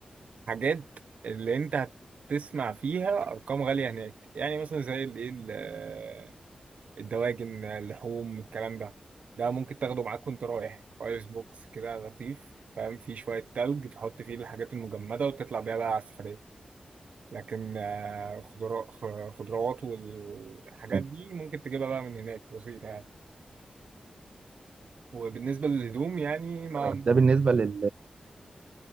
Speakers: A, on the right; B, on the right.
A: حاجات اللي انت هتسمع فيها أرقام غالية هناك يعني مثلا زي الايه ال- آه، الدواجن اللحوم الكلام ده ده ممكن تاخده معاك وانت رايح ايس بوكس كده لطيف فاهم فيه شوية تلج تحط فيه الحاجات المجمدة وتطلع بيها بقى على السفرية لكن آه، خضرا خ- خضروات والحاجات
B: تمام
A: دي ممكن تجيبها بقى من هناك بسيطة يعني وبالنسبة للهدوم يعني ما
B: تمام ده بالنسبه لل